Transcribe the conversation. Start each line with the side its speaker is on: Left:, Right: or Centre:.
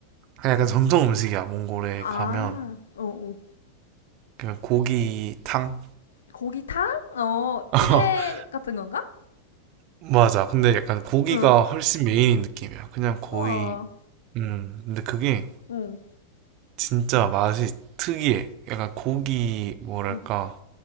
Right: 약간 전통 음식이야. 몽골에
Left: 아,
Right: 가면
Left: 어, 어.
Right: 그냥 고기탕
Left: 고기탕? 어, 찌개
Right: <laughs>
Left: 같은 건가?
Right: 맞아. 근데 약간 고기가
Left: 응,
Right: 훨씬 메인인 느낌이야. 그냥 거의,
Left: 와,
Right: 음, 근데 그게
Left: 어, 어,
Right: 진짜 맛이 특이해. 약간 고기, 뭐랄까,
Left: 어,